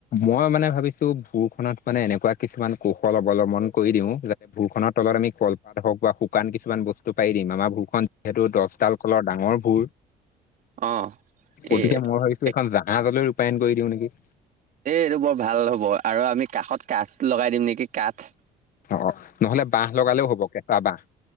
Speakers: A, on the left (about 55°); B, on the right (about 55°).
A: মই মানে ভাৱিছোঁ ভুঁৰখনত মানে এনেকুৱা কিছুমান কৌশল অৱলম্বন কৰি দিওঁ যে ভুঁৰখনৰ তলত আমি কলপাত হওক বা শুকান কিছুমান বস্তু পাৰি দিম। আমাৰ ভুঁৰখন যিহেতু দশ ডাল কলৰ ডাঙৰ ভুঁৰ।
B: অ
A: গতিকে,
B: এ
A: মই ভাৱিছোঁ
B: এ
A: এইখন জাহাজলৈ ৰূপায়ন কৰি দিওঁ নেকি?
B: এই এইটো বৰ ভাল হ'ব আৰু আমি কাষত কাঠ লগাই দিম নেকি কাঠ?
A: অঁ, নহ'লে বাঁহ লগালেও হ'ব কেঁচা বাঁহ।